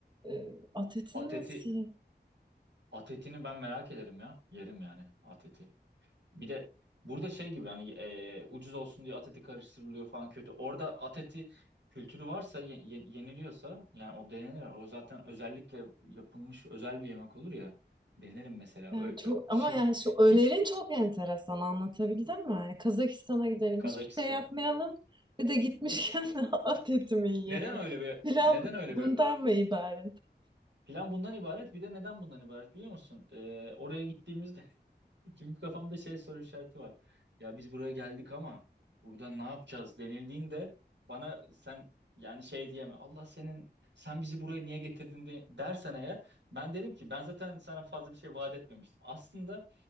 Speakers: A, on the right; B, on the right.
A: Ee, at etini
B: Ateti
A: nasıl yiyeyim?
B: Atetini ben merak ederim ya. Yerim yani Ateti. Bir de burada şey gibi hani e, ucuz olsun diye Ateti karıştırılıyor falan kötü. Orada Ateti kültürü varsa ye- ye- yeniliyorsa yani o denenir. O zaten özellikle yapılmış özel bir yemek olur ya. Denerim mesela.
A: Yani
B: Ö-
A: çok,
B: ö-
A: ama
B: şey
A: yani şu önerin
B: hiç
A: çok enteresan anlatabildim mi? Yani Kazakistan'a gidelim
B: Kazakistan.
A: hiçbir şey yapmayalım. Bir de gitmişken <laughs> at etimi yiyelim.
B: Neden öyle bir
A: Plan
B: neden öyle
A: bundan
B: bir
A: mı ibaret?
B: Plan bundan ibaret. Bir de neden bundan ibaret biliyor musun? Ee, oraya gittiğimizde <laughs> çünkü kafamda şey soru işareti var. Ya biz buraya geldik ama burada ne yapacağız denildiğinde bana sen yani şey diyeme. Allah senin sen bizi buraya niye getirdin de, dersen eğer ben derim ki ben zaten sana fazla bir şey vaat etmemiştim. Aslında